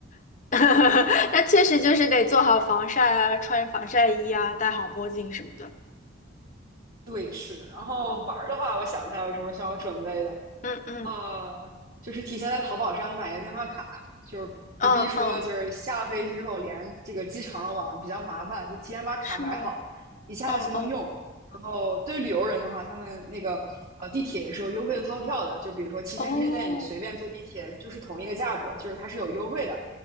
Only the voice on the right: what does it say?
嗯，
对，是。然后玩儿的话，我想一下有什么需要准备的。
呃，就是提前在淘宝上买个电话卡，就是不必说就是下了飞机之后连这个机场的网比较麻烦，
就提前把卡买好，
一下来就能用。
然后对旅游人的话，他们那个呃地铁也是有优惠的套票的，就比如说七天之内你随便坐地铁就是同一个价格，
就是它是有优惠的。